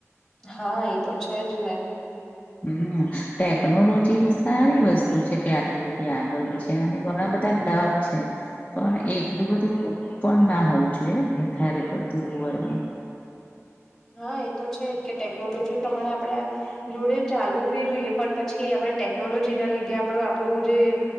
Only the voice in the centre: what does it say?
હા એ તો છે જ ને
હા એ તો છે કે ટેકનોલોજી પ્રમાણે આપણેે જોડે ચાલવું બી જોઈએ પણ પછી આપણે ટેકનોલોજી ના લીધે આપડું આપણું જે